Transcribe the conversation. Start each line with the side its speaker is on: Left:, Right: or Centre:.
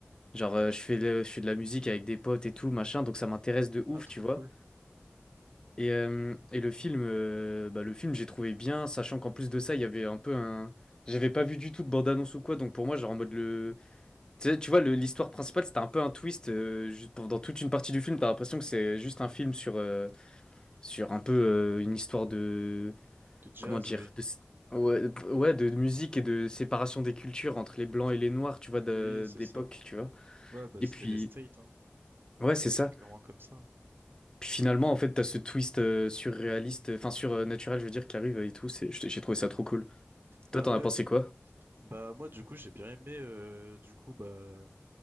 Left: Genre,
Right: Ok.
Left: euh, je fais, le- je fais de la musique avec des potes et tout, machin, donc ça m'intéresse de ouf,
Right: Ah, trop
Left: tu vois.
Right: cool.
Left: Et, euh, et le film, euh, bah, le film, j'ai trouvé bien, sachant qu'en plus de ça, il y avait un peu un... J'avais pas vu du tout de bande-annonce ou quoi, donc pour moi, genre en mode le... Tu sais, tu vois, le- l'histoire principale, c'était un peu un twist. euh, juste pour- dans toute une partie du film, t'as l'impression que c'est juste un film sur, euh, sur un peu euh, une histoire de.
Right: De jazz,
Left: Comment dire?
Right: oui.
Left: De, s- ouais, de ouais, de musique et de séparation des cultures entre les blancs et les noirs, tu vois, de-
Right: Oui, c'est
Left: d'époque,
Right: ça.
Left: tu vois.
Right: Ouais, bah
Left: Et
Right: c'était
Left: puis.
Right: les streets, hein.
Left: Ouais, c'est ça.
Right: C'est clairement comme ça.
Left: Puis finalement, en fait, t'as ce twist euh, surréaliste, enfin surnaturel, je veux dire, qui arrive et tout. c'est- J'ai j'ai trouvé ça trop cool. Toi,
Right: Ah
Left: t'en
Right: ouais?
Left: as pensé quoi?
Right: Bah moi, du coup, j'ai bien aimé, euh, du coup, bah